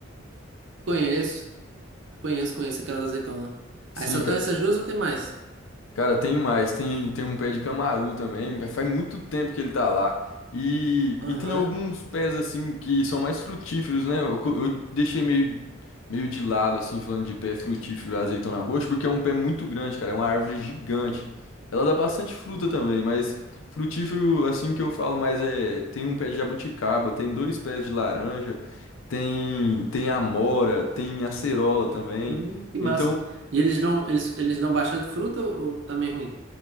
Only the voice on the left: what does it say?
Sim,
cara.
Cara, tem mais. Tem, tem um pé de camaru também. mas Faz muito tempo que ele tá lá. E,
e tem alguns pés, assim, que são mais frutíferos, né? Eu, co- eu deixei meio, meio de lado, assim, falando de pé frutífero, azeitona roxa, porque é um pé muito grande, cara. É uma árvore gigante. Ela dá bastante fruta também, mas frutífero, assim, que eu falo mais é... Tem um pé de jabuticaba, tem dois pés de laranja, tem, tem amora, tem acerola também.
Então,